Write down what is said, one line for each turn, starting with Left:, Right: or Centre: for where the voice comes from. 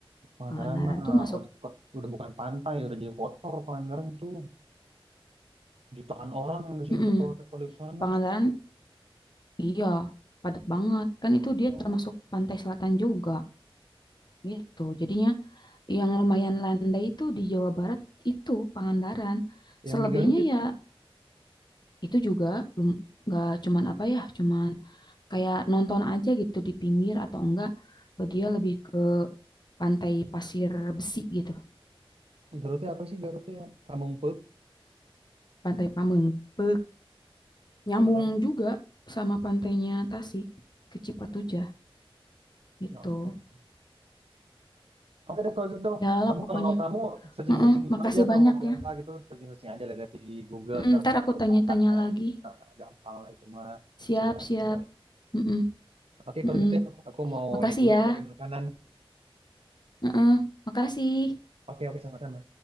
Right: Pangandaran
Left: Pangandaran
Right: mah
Left: tuh masuk
Right: udah bukan, udah bukan pantai, udah jadi kotor Pangandaran tuh. Jutaan orang yang ke situ
Left: Mm-mm.
Right: kalau ke kalau di sana.
Left: Pangandaran iya, padat banget. Kan itu dia
Right: Oh.
Left: termasuk pantai selatan juga gitu. Jadinya Yang lumayan landai itu di Jawa Barat itu Pangandaran. Selebihnya
Right: Yang di Garut itu,
Left: ya itu juga belum nggak cuman apa ya, cuman kayak nonton aja gitu di pinggir atau enggak dia lebih ke pantai pasir besi gitu,
Right: di Garutnya apa sih Garutnya? Kampung Peuk.
Left: pantai Pamengpeuk. Nyambung
Right: Heeh.
Left: juga sama pantainya Tasik ke Cipatujah
Right: Oh,
Left: gitu.
Right: ya ampun. Oke deh kalau gitu,
Left: Ya lah
Right: kamu
Left: pokoknya.
Right: kalau kamu searching-searching
Left: Heeh,
Right: dulu
Left: makasih
Right: aja kalau
Left: banyak
Right: mau ke Bangka
Left: ya.
Right: gitu, searching-searching aja lihat di Google
Left: Mm,
Right: ntar
Left: ntar
Right: kalau
Left: aku
Right: ada apa
Left: tanya-tanya
Right: tanya
Left: lagi.
Right: aja. Nah, gampang lah itu mah
Left: Siap,
Right: bisa diatur.
Left: siap. Mm-mm,
Right: Oke kalau
Left: mm-mm.
Right: gitu ya, aku mau
Left: Makasih
Right: ini dulu
Left: ya.
Right: nyari makanan.
Left: Heeh, makasih.
Right: Oke oke sama-sama.